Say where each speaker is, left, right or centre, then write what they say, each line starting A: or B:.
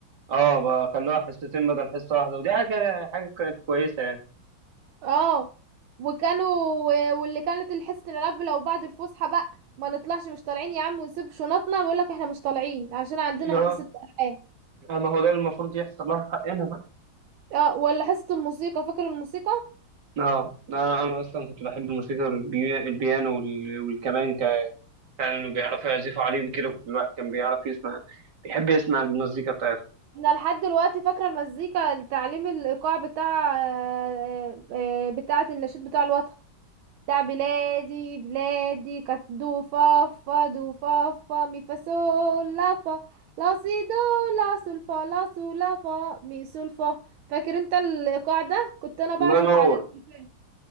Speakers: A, on the right; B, on the right.
A: اه بقى خلوها حصتين بدل حصه واحده ودي حاجه كده- حاجه كانت كويسه يعني
B: اه وكانوا و- واللي كانت الحصه الالعاب لو بعد الفسحه بقى ما نطلعش مش طالعين يا عم ونسيب شنطنا ويقول لك احنا مش طالعين عشان عندنا
A: اه
B: حصه العاب
A: آه، ما هو ده المفروض يحصل لها في حقنا بقى
B: اه ولا حصة الموسيقى فاكر الموسيقى
A: اه انا انا اصلا كنت بحب الموسيقى والبي- البيانو وال- والكمان ك- كانوا بيعرفوا يعزفوا عليهم كده كنت الواحد كان بيعرف يسمع بيحب يسمع المزيكا بتاعتهم
B: انا لحد دلوقتي فاكرة المزيكا تعليم الايقاع بتاع آه، آه، بتاعة النشيد بتاع الوطن بتاع بلادي بلادي كانت دو فا فا دو فا فا مي فا سول لا فا لا سي دو لا سول فا لا سول لا فا مي سول فا فاكر انت الايقاع ده كنت انا بعزف
A: الله ينور
B: على التليفون